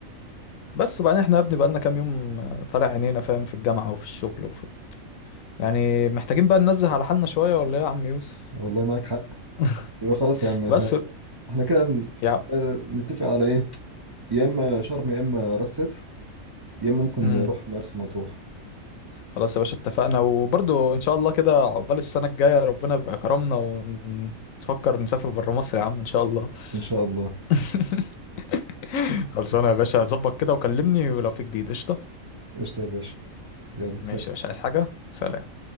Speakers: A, on the left; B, on the right.
A: بس وبعدين احنا يا ابني بقالنا كام يوم آه، طالع عينينا فاهم في الجامعة وفي الشغل وفي... يعني محتاجين بقى ننزه على حالنا شوية ولا ايه يا عم يوسف
B: والله معاك حق
A: <laughs>
B: يبقى خلاص يا عم احنا
A: بس
B: احنا كده ن-
A: يا
B: آه، نتفق على ايه يا اما شرم يا اما راس سدر يا اما ممكن
A: امم
B: نروح مرسى مطروح
A: خلاص يا باشا اتفقنا وبرضو ان شاء الله كده عقبال السنة الجاية ربنا يبقى كرمنا ونفكر نسافر بره مصر يا عم ان شاء الله
B: ان شاء الله
A: <laughs> خلصانة يا باشا ظبط كده وكلمني ولو في جديد قشطة
B: قشطة يا باشا يلا
A: ماشي
B: سلام
A: يا باشا عايز حاجة سلام